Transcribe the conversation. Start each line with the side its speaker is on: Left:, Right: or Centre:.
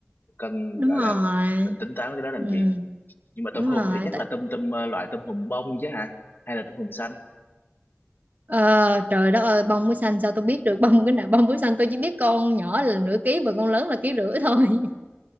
Left: cần
Right: đúng
Left: gọi
Right: rồi
Left: là mình tính toán cái đó làm
Right: ừ,
Left: gì nhưng mà
Right: đúng
Left: tôm hùm
Right: rồi
Left: thì chắc
Right: Tại-
Left: là tôm tôm ờ, loại tôm hùm bông chứ hả hay là tôm hùm xanh
Right: Ờ, trời đất ơi bông muối xanh sao tôi biết được bông cái nào bông muối xanh tôi chỉ biết con nhỏ là nửa ký và con lớn là ký rưỡi thôi <laughs>